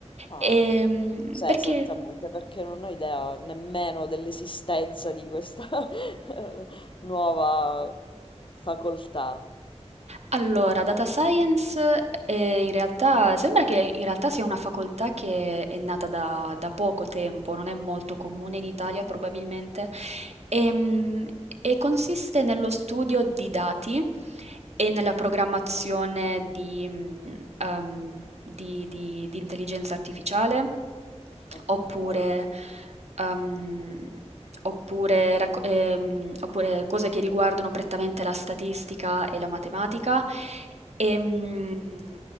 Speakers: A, on the left; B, on the right.
A: ah.
B: Ehm,
A: Cos'è
B: perché
A: esattamente? Perché non ho idea nemmeno dell'esistenza di questa <laughs> nuova facoltà.
B: Allora, data science, eh, in realtà sembra che in realtà sia una facoltà che è nata da, da poco tempo, non è molto comune in Italia probabilmente, ehm, e consiste nello studio di dati e nella programmazione di, mm, ehm, di- di- di intelligenza artificiale,
A: Ok,
B: oppure,
A: ok,
B: ehm, oppure racco- ehm, oppure cose che riguardano prettamente la statistica e la matematica Ehm,